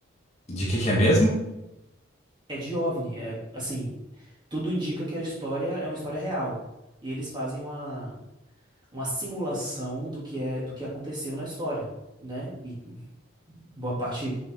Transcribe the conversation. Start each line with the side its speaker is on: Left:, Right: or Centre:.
Left: De que que é mesmo?
Right: É de OVNI. É assim, tudo indica que a história é uma história real. E eles fazem uma, uma simulação do que é do que aconteceu na história, né? E Boa parte